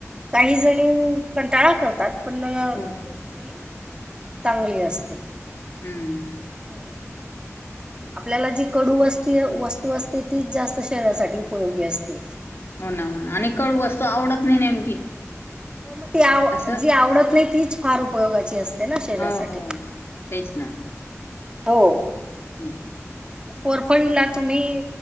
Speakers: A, on the right; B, on the left.
A: काही जणी कंटाळा करतात. पण नय अ
B: हम्म
A: खूप ती चांगली असते.
B: हम्म
A: हम्म आपल्याला जी कडू वस्ती वस्तू असते तीच जास्त शरीरासाठी उपयोगी असते.
B: हो ना हो ना आणि कळू असतो आवडत नाही नेमकी
A: हो म ती आव
B: असं
A: जी आवडत नाही तीच फार उपयोगाची असते. ना शरीरासाठी.
B: हा हो तेच ना
A: हो
B: हं
A: मग कोरफळीला तुम्ही